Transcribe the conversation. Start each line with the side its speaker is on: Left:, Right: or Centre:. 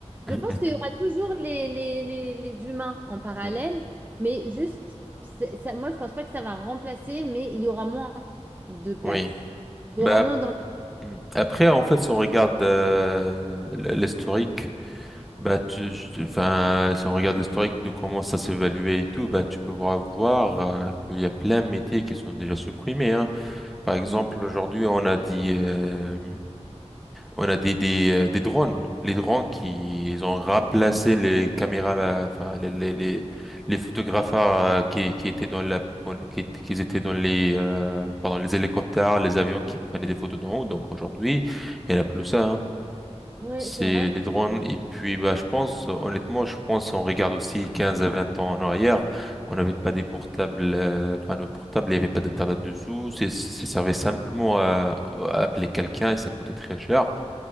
Right: Je
Centre: Mhm.
Right: pense qu'il y aura toujours les, les, les, les humains en parallèle,
Centre: mhm.
Right: mais juste, c'est- ça, moi, je pense pas que ça va remplacer, mais il y aura moins de place.
Centre: Oui.
Right: Il
Centre: Bah,
Right: y aura moins d'en...
Centre: mm. après, en fait, si on regarde euh, l- l'historique, Bah, tu, je- tu- enfin, si on regarde l'historique de comment ça s'évaluait et tout, bah, tu peux voir, voir, euh, qu'il y a plein de métiers qui sont déjà supprimés, hein. Par exemple,
Right: Ouais,
Centre: aujourd'hui, on a dit, euh, on a des, des, euh, des drones. Les drones qui, ils ont remplacé les caméras, euh, enfin, les, les, les, les photographes, euh, qui, qui étaient dans la, qui, qui étaient dans les, euh, pardon, les hélicoptères, les avions qui prenaient des photos d'en haut. Donc, aujourd'hui, il n'y en a plus ça, hein.
Right: Oui,
Centre: C'est
Right: c'est vrai.
Centre: les drones. Et puis, bah, je pense, honnêtement, je pense, on regarde aussi 15 à 20 ans en arrière, on n'avait pas des portables, euh, enfin, nos portables, il n'y avait pas d'Internet dessous. C'est- Ça servait simplement à, à appeler quelqu'un et ça coûtait très cher.